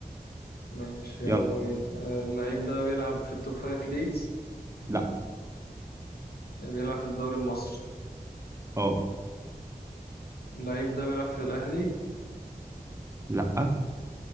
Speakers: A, on the left; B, on the right.
A: ماشي
B: يلا
A: يلا بينا آه، اللعيب ده بيلعب في التوب فايف ليجز
B: لا
A: آه، بيلعب في الدوري المصري
B: اه
A: اللعيب ده بيلعب في الأهلي
B: لا